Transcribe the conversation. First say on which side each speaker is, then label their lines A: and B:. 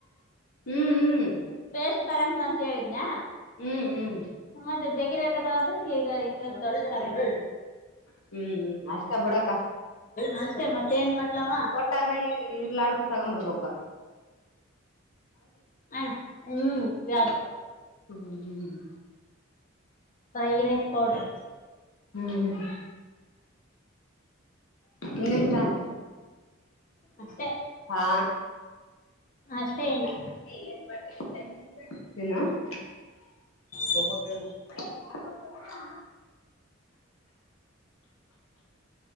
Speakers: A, on the left (about 80°); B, on the left (about 40°).
A: ಹ್ಮ್ ಹ್ಮ್-
B: ಪೇಸ್ಟ್ ತಗಂತ ನಂತಂತ ಹೇಳಿದನ
A: ಹ್ಮ್ ಹ್ಮ್
B: ಮತ್ತೆ ಜಗಿ. ಂದ್ರೆ ಈಗ ಈಗ ದೊಡ್ಡ ತಗೊಂಡ.
A: ಹ್ಮ್ ಅಷ್ಟ ಬಿುಡಕ್ಕ.
B: ಮತ್ತೆ ಮತ್ತೆ. ಏನ್ ಮಾಡ್ಲವಾ.
A: ಕೊಟ್ಟಾಗ ಇರ್ಲಿ ಇರ್ಲಾರ್ದು ತಗ್ಂಬಿಡ್ಬೇಕು.
B: ಅಣ್ಣ ಹ್ಮ್ ಬ್ಯಾಳ.
A: ಹ್ಮ್್ಮ- ಹ್ಮ್-
B: ಫ್ರೈ ರೈಸ್ ಪೌಡರ್.
A: ಹ್ಮ್್ಮ- ಹಂಗಂತ ಅಲ್ಲ
B: ಅಷ್ಟೇ
A: ಹಾ.
B: ಅಷ್ಟೇ
A: <inaudible>
B: ಇನ್ನ ತೊಂಬತ್ತೈರ.
A: <inaudible>